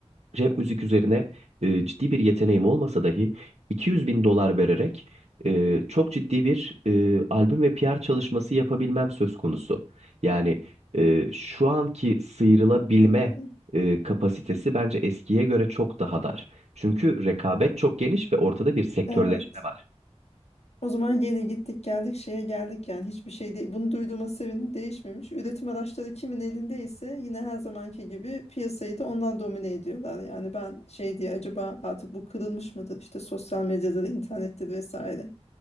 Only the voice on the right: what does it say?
rap müzik üzerine e, ciddi bir yeteneğim olmasa dahi 200 bin dolar vererek e, çok ciddi bir e, albüm ve PR çalışması yapabilmem söz konusu. Yani e, şu anki sıyrılabilme
e, kapasitesi bence eskiye göre çok daha dar. Çünkü rekabet çok geniş ve ortada bir sektörleşme
var.